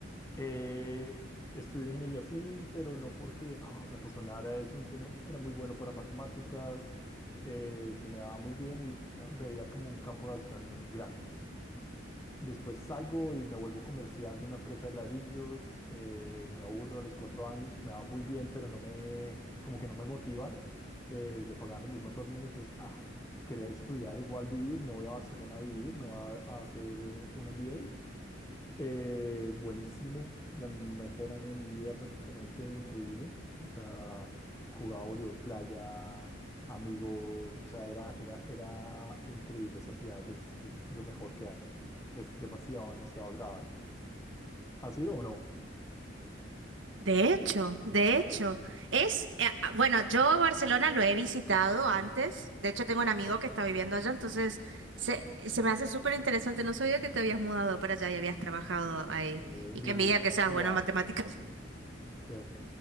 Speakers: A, on the left; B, on the right.
A: Eh, estudié ingeniería civil, pero no porque ah, me apasionara eso, sino era muy bueno para matemáticas, eh, se me daba muy bien y ah, veía como un campo de acción grande. Después salgo y me vuelvo comercial de una empresa de ladrillos, eh, me aburro a los cuatro años, me va muy bien, pero no me, como que no me motivan, eh, le pagaban lo mismo a todo el mundo, entonces, ah, quería estudiar igual vivir, me voy a Barcelona a vivir, me voy a a hacer eh, un MBA. Eh, buenísimo, el mejor año de mi vida, prácticamente increíble. O sea, jugaba voleibol playa, amigos, o sea, era, era, era increíble. Esa ciudad es, es lo mejor que hay. Es demasiado, demasiado agradable. ¿Ha sido o no?
B: De hecho, de hecho, es, eh, ah, bueno, yo Barcelona lo he visitado antes, de hecho tengo un amigo que está viviendo allá, entonces se, se me hace súper interesante, no sabía que te habías mudado para allá y habías trabajado ahí,
A: Eh,
B: y
A: viví,
B: qué envidia
A: he
B: que seas
A: estudiado.
B: buena en matemáticas.
A: Sí,